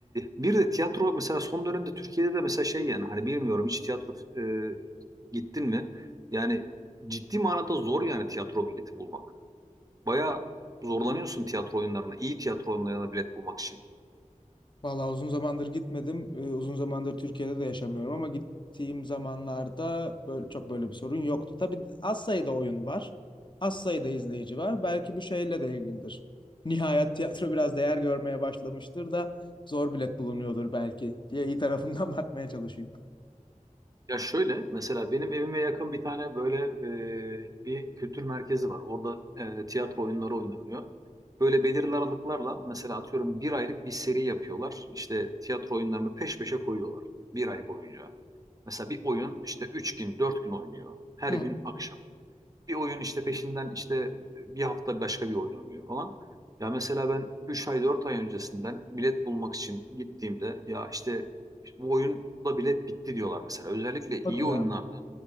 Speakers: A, on the right; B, on the left.
A: bir de tiyatro mesela son dönemde Türkiye'de de mesela şey yani hani bilmiyorum hiç tiyatro e, gittin mi? Yani ciddi manada zor yani tiyatro bileti bulmak. Baya zorlanıyorsun tiyatro oyunlarına, iyi tiyatro oyunlarına bilet bulmak için.
B: Vallahi uzun zamandır gitmedim. Ee, uzun zamandır Türkiye'de de yaşamıyorum ama gittiğim zamanlarda böyle, çok böyle bir sorun yoktu. Tabii az sayıda oyun var. Az sayıda izleyici var. Belki bu şeyle de ilgilidir. <laughs> Nihayet tiyatro biraz değer görmeye başlamıştır da zor bilet bulunuyordur belki diye iyi tarafından <laughs> bakmaya çalışayım.
A: Ya şöyle mesela benim evime yakın bir tane böyle e, bir kültür merkezi var. Orada e, tiyatro oyunları oynanıyor. Böyle belirli aralıklarla mesela atıyorum bir aylık bir seri yapıyorlar. İşte tiyatro oyunlarını peş peşe koyuyorlar bir ay boyunca. Mesela bir oyun işte üç gün, dört gün oynuyor. Her
B: Hı,
A: gün akşam. Bir oyun işte peşinden işte bir hafta başka bir oyun oynuyor falan. Ya mesela ben 3 ay 4 ay öncesinden bilet bulmak için gittiğimde ya işte bu oyunda bilet bitti diyorlar mesela. Özellikle iyi
B: hadi
A: oyunlarda.
B: ya.